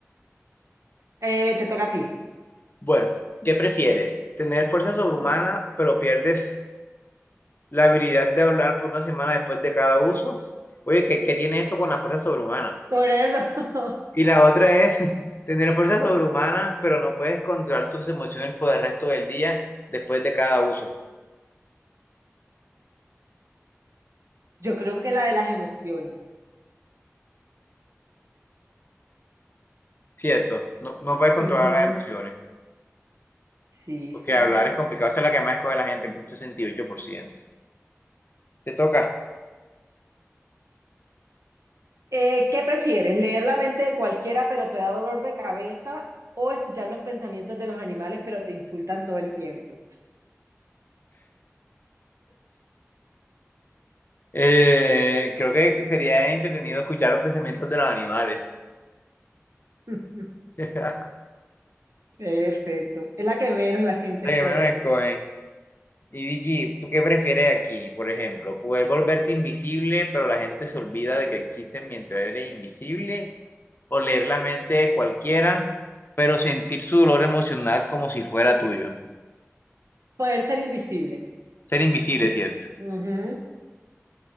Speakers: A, on the right; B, on the left.
A: Eh, te toca a ti.
B: Bueno, ¿qué prefieres? ¿Tener fuerza sobrehumana pero pierdes La habilidad de hablar por una semana después de cada uso. Oye, ¿qué, qué tiene esto con la fuerza sobrehumana?
A: Por eso, <laughs>
B: Y la otra es <laughs> tener fuerza sobrehumana, pero no puedes controlar tus emociones por el resto del día después de cada uso.
A: yo creo que la de las emociones.
B: Cierto, no, no puedes controlar
A: Ujú.
B: las emociones,
A: Sí,
B: porque
A: sí.
B: hablar es complicado. Esa es la que más escoge la gente, un 68%. Te toca.
A: Eh, ¿qué prefieres? ¿Leer la mente de cualquiera pero te da dolor de cabeza o escuchar los pensamientos de los animales pero te insultan todo el tiempo?
B: Eh, creo que sería entretenido escuchar los pensamientos de los animales.
A: <laughs>
B: <laughs> de
A: Perfecto. Es la que menos la gente
B: que
A: escoge.
B: menos escogen. Y Vicky, ¿tú qué prefieres aquí? Por ejemplo, ¿poder volverte invisible, pero la gente se olvida de que existes mientras eres invisible? ¿O leer la mente de cualquiera, pero sentir su dolor emocional como si fuera tuyo?
A: Poder ser invisible.
B: Ser invisible, ¿cierto?
A: Ujú.